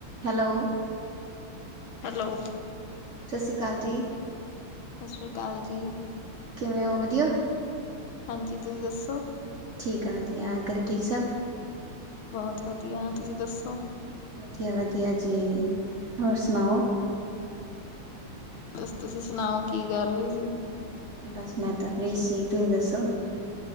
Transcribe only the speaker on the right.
ਹੈਲੋ।
ਸਸ ਸੀ ਕਾਲ ਜੀ।
ਕਿਵੇਂ ਹੋ ਵਧੀਆ?
ਠੀਕ ਆ ਵਧੀਆ ਘਰੇ ਠੀਕ ਸਭ
ਵਧੀਆ ਵਧੀਆ ਜੀ, ‌ਹੋਰ ਸੁਣਾਓ
ਬਸ ਮੈਂ ਤਾਂ ਫ੍ਰੀ ਸੀ ਤੁਸੀਂ ਦੱਸੋ